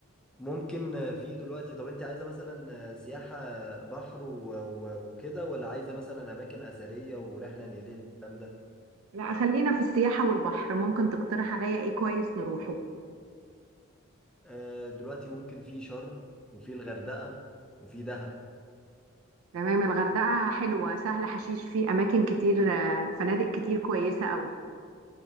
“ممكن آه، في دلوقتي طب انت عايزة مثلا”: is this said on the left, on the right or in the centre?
Centre